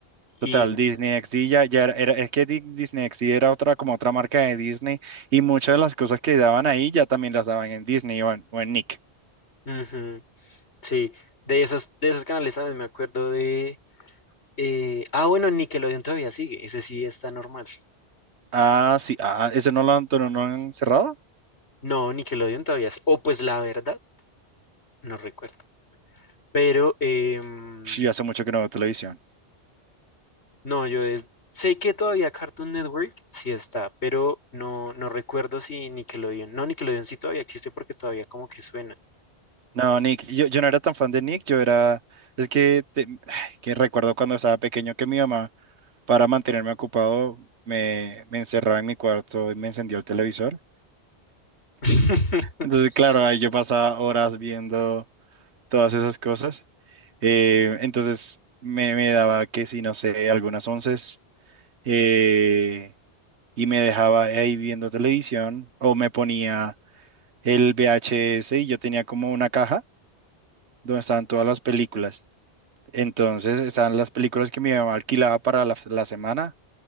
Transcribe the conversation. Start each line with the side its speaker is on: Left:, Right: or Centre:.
Right: Total,
Left: Y,
Right: Disney XD ya, ya era, era- es que Di- Disney XD era otra, como otra marca de Disney y muchas de las cosas que daban ahí ya también las daban en Disney o en, o en Nick.
Left: ujú, sí, de esos, de esos canales, también Me acuerdo de... Eh, ah, bueno, Nickelodeon todavía sigue, ese sí está normal.
Right: Ah, sí, ah, ¿eso no lo han, no lo han cerrado?
Left: No, Nickelodeon todavía es. O pues la verdad, no recuerdo. Pero em,
Right: Sí, hace mucho que no veo televisión.
Left: no, yo des- sé que todavía Cartoon Network sí está, pero no, no recuerdo si Nickelodeon. No, Nickelodeon sí todavía existe porque todavía como que suena.
Right: No, Nick, yo, yo no era tan fan de Nick, yo era, es que, te- ay, que recuerdo cuando estaba pequeño que mi mamá, para mantenerme ocupado, me, me encerraba en mi cuarto y me encendía el televisor.
Left: <laughs>
Right: Entonces, claro, ahí yo pasaba horas viendo todas esas cosas. Eh, entonces me, me daba que si no sé, algunas onces eh, y me dejaba ahí viendo televisión o me ponía el VHS y yo tenía como una caja donde estaban todas las películas. Entonces estaban las películas que mi mamá alquilaba para la, la semana